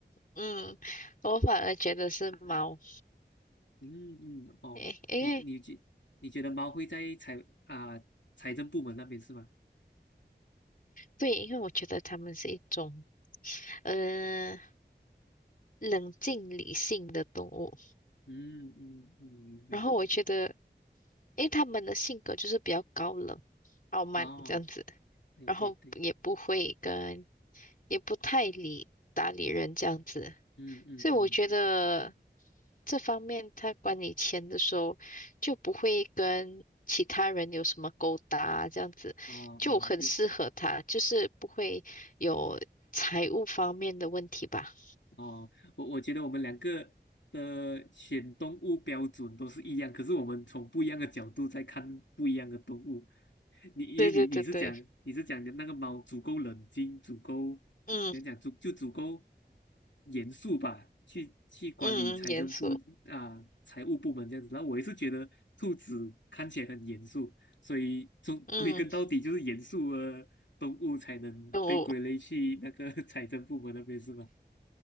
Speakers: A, on the left; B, on the left.
A: 嗯，我反而觉得是猫。
B: 嗯嗯，嗯哦，
A: 诶，因为
B: 你你觉你觉得猫会在财啊、财政部门那边是吗？
A: 对，因为我觉得它们是一种呃冷静理性的动物。
B: 嗯嗯嗯，明白明白。
A: 然后我觉得。因为他们的性格就是比较高冷、傲慢这样子，
B: 哦，对对对，
A: 然后也不会跟，也不太理搭理人这样子，
B: 嗯嗯嗯，
A: 所以我觉得这方面他管理钱的时候就不会跟其他人有什么勾搭，这样子就很适合他，
B: 哦哦，就
A: 就是不会有财务方面的问题吧。
B: 哦，我我觉得我们两个的选动物标准都是一样，可是我们从不一样的角度在看不一样的动物。你你你你是讲你是讲的那个猫足够冷静，
A: 对对对对，
B: 足够讲讲足就足够
A: 嗯
B: 严肃吧，去去管理财政部啊财务部门这样子。
A: 嗯嗯，严肃，
B: 然后我也是觉得兔子看起来很严肃，所以终归根到底就是严肃的动物才能被归类去那个
A: 嗯，我
B: <laughs> 财政部门那边是吗？